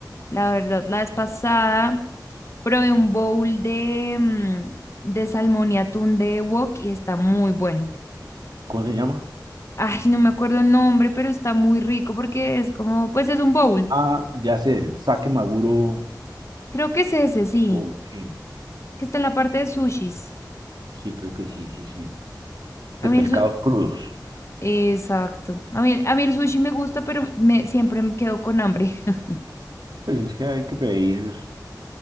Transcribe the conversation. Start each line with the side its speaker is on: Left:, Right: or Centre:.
Left: La verdad, la vez pasada probé un bowl de, mm, de salmón y atún de wok y está muy bueno.
Right: ¿Cómo se llama?
Left: Ay, no me acuerdo el nombre, pero está muy rico porque es como, pues es un bowl.
Right: Ah, ya sé, el sake maguro.
Left: Creo que es ese, sí,
Right: Oh, sí,
Left: que está en la parte de sushis.
Right: sí, creo que sí, sí, sí.
Left: A
Right: De pescados
Left: mí el su-
Right: crudos.
Left: Exacto. A mí, a mí el sushi me gusta, pero me, siempre me quedo con hambre. <laughs>
Right: Pues es que hay que pedir